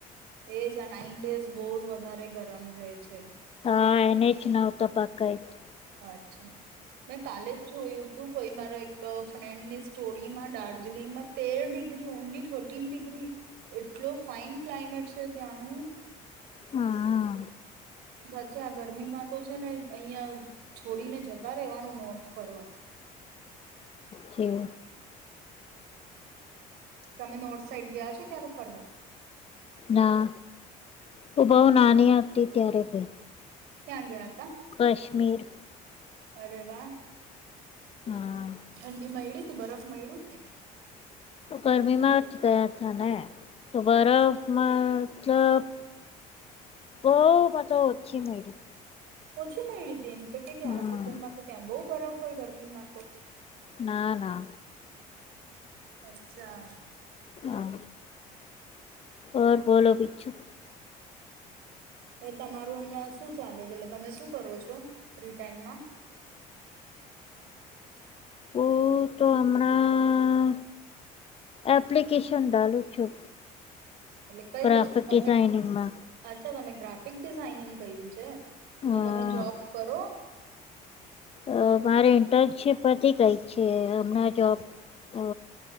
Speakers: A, on the right; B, on the left.
A: એજ આ નાઈન ડેઝ બહ જ વધારે ગરમ રહે છે
B: હા એને જ નવતાપા કહે છે
A: અચ્છા મેં કાલે જ જોયું તું કોઈ મારો ફ્રેન્ડની સ્ટોરીમાં દાર્જિલિંગમાં તેર ડિગ્રી ઓનલી થર્ટીન ડિગ્રી એટલો ફાઈન ક્લાઇમેટ છે ત્યાંનું
B: હા
A: સાચે આ ગરમીમાં તો છે ને અહિયાં છોડીને જતા રહેેવાનું નોર્થ ફરવા
B: કયુ
A: તમે નોર્થ સાઈડ ગયા છો ક્યારે ફરવા
B: ના, હુ બઉ નાની હતી ત્યારે ગઈ
A: ક્યાં ગયા હતા
B: કાશ્મીર
A: અરે વાહ.
B: હા
A: ઠંડી મયડી બરફ મયાડુ કે.
B: ગરમીમાં જ ગયા તા ને તો બરફમાં મતલબ બહ મધ ઓછી મળી.
A: પછી માંડી દે તો કે
B: હમ
A: આ સિઝનમાં તો ત્યાં બહુ બરફ કોઈ ગરમી માતો.
B: ના ના.
A: અચ્છા.
B: હા ઓર બોલો બીજું?
A: હ તમારું હમણાં શું ચાલે છે? એટલે તમે શું કરો છો ફ્રી ટાઈમમાં?
B: ઓ તો હણા એપ્લિકેશન ડાલું છું.
A: એટલે કઈ
B: ગ્રાફિક
A: વસ્તુ તમે
B: ડિઝાઇનિંગમાં
A: અચ્છા તમે ગ્રાફિક ડિઝાઇનિંગ કર્યું છે.
B: હમ
A: તો તમે જોબ કરો.
B: અ મારે ઇન્ટર્નશીપ હતી કઈ છે હમણાં જોબ અ